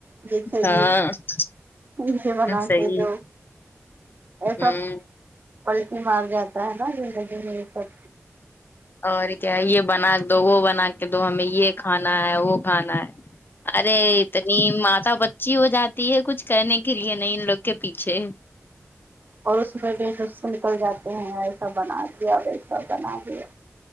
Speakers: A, on the right (about 40°); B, on the left (about 45°).
A: بے چے <unintelligible>
B: ہاں
A: پزے بنا
B: صحیح
A: کے دو یہ
B: ہ
A: سب پلٹی مار جاتا ہے نا زندگی میں یہ سب
B: اور کیا ہے یہ بنا کے دو وہ بنا کے دو ہمیں یہ کھانا ہے وہ کھانا ہے ارے اتنی ماتا بچی ہو جاتی ہے کچھ کرنے کے لیے نہیں ان لوگ کے پیچھے
A: اور اس پہ بھی نکس نکل جاتے ہیں ایسا بنا دیا ویسا بنا دیا